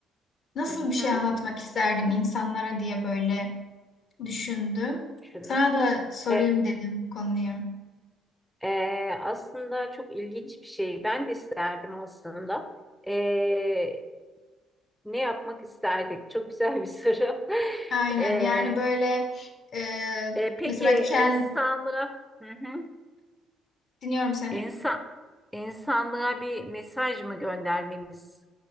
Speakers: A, on the left (about 55°); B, in the centre.
A: Nasıl
B: Hı
A: bir şey
B: hı.
A: anlatmak isterdim insanlara diye böyle düşündüm.
B: Şunu.
A: Sana da sorayım
B: E,
A: dedim bu konuyu.
B: e, aslında çok ilginç bir şey. Ben de isterdim aslında. E, ne yapmak isterdik? Çok güzel bir soru. <laughs>
A: Aynen
B: E,
A: yani böyle e,
B: e, peki
A: mesela Ken
B: insanlara hı hı.
A: dinliyorum seni.
B: İnsan, insanlara bir mesaj mı göndermemiz?